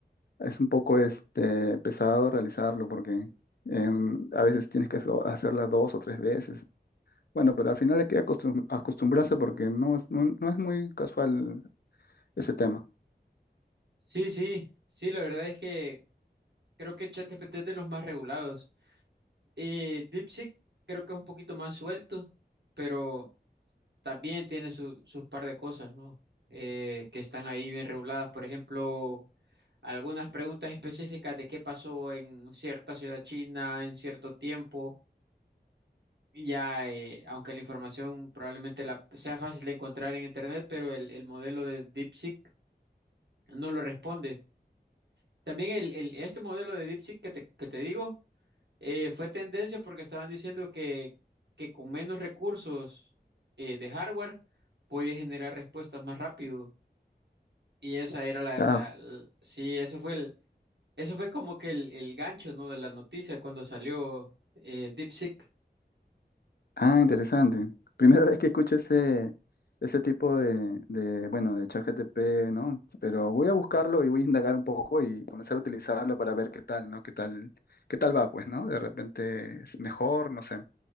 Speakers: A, on the left; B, on the right.
A: es un poco este, pesado realizarlo porque em, a veces tienes que hacerlo- hacerla dos o tres veces. Bueno, pero al final hay que acostum- acostumbrarse porque no es, no no es muy casual ese tema.
B: Sí, sí, sí, la verdad es que creo que ChatGPT es de los más regulados. Y DeepSeek creo que es un poquito más suelto, pero también tiene su- sus par de cosas, ¿no? Eh, que están ahí bien reguladas. Por ejemplo, algunas preguntas específicas de qué pasó en cierta ciudad china en cierto tiempo. Y Ya, eh, aunque la información probablemente la, sea fácil de encontrar en Internet, pero el, el modelo de DeepSeek no lo responde. También el, el- este modelo de DeepSeek que te, que te digo. Eh, fue tendencia porque estaban diciendo que, que con menos recursos eh, de hardware podía generar respuestas más rápido. Y esa era la,
A: Claro,
B: la, la- sí, eso fue el, eso fue como que el, el gancho, ¿no? de la noticia cuando salió eh, DeepSeek.
A: Ah, interesante. Primera <laughs> vez que escucho ese, ese tipo de, de, bueno, de ChatGPT, ¿no? Pero voy a buscarlo y voy a indagar un poco y comenzar a utilizarlo para ver qué tal, ¿no? ¿Qué tal, qué tal va, pues, ¿no? De repente es mejor, no sé.